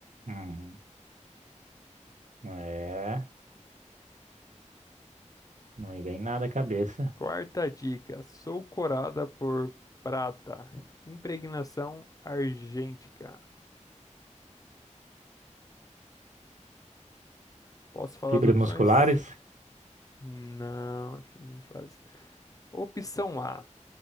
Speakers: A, on the right; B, on the left.
A: Hum, é. Não me vem nada à cabeça.
B: Quarta dica: sou corada por prata, impregnação argêntica. Posso falar
A: Fibras
B: as opções?
A: musculares?
B: Não, acho que não claro. Opção A: